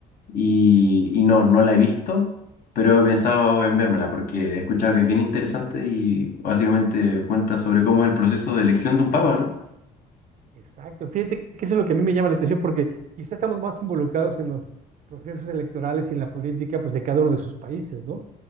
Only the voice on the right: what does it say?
Exacto, fíjate que eso es lo que a mí me llama la atención porque quizá estamos más involucrados en los procesos electorales y en la política pues de cada uno de sus países, ¿no?